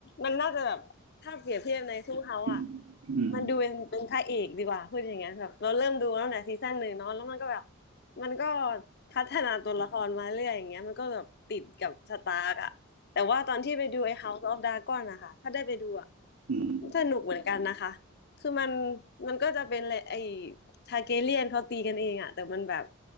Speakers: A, on the left; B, on the right.
A: มันน่าจะแบบถ้าเปรียบเทียบในทูเฮาอ่ะ
B: <laughs> อืม
A: มันดูเป็นเป็นพระเอกดีกว่าพูดอย่างเงี้ยแบบเราเริ่มดูตั้งแต่ซีซั่นหนึ่งเนาะแล้วมันก็แบบมันก็พัฒนาตัวละครมาเรื่อยอย่างเงี้ยมันก็แบบติดกับสตาร์กอ่ะแต่ว่าตอนที่ไปดูไอ้ House of Dragon นะคะถ้าได้ไปดูอ่ะ
B: อืม
A: สนุกเหมือนกันนะคะคือมันมันก็จะเป็นเลยไอ้ทาร์เกเรียนเขาตีกันเองอ่ะแต่มันแบบ